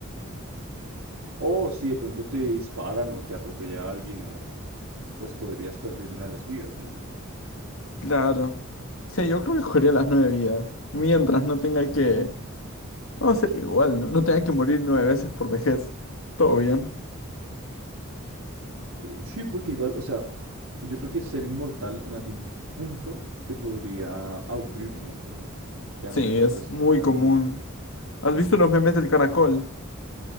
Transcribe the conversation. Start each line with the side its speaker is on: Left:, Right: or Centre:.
Right: O si de pronto te disparan o te atropella alguien o pues podrías perder una de las vidas, ¿no?
Left: Claro. Sí, yo creo que cogería las nueve vidas. Mientras no tenga que... Vamos a ser igual, ¿no? No tenga que morir nueve veces por vejez. Todo bien.
Right: Eh, sí, porque igual, o sea, yo creo que ser inmortal en algún punto te podría aburrir, ¿no? Como ya
Left: Sí,
Right: no le encuentras
Left: es
Right: sentido
Left: muy
Right: a la
Left: común.
Right: vida.
Left: ¿Has visto los memes del caracol?